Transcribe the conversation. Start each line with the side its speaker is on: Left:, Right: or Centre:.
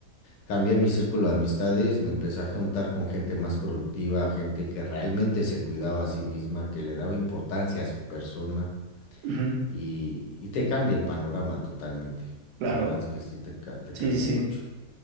Left: Cambié mi círculo de amistades, me empecé a juntar con gente más productiva, gente que realmente se cuidaba a sí misma, que le daba importancia a su persona
Right: ujú,
Left: y, y te cambia el panorama totalmente.
Right: Claro.
Left: La verdad es que sí te, ca- te
Right: Sí,
Left: cambia
Right: sí, sí.
Left: mucho.
Right: O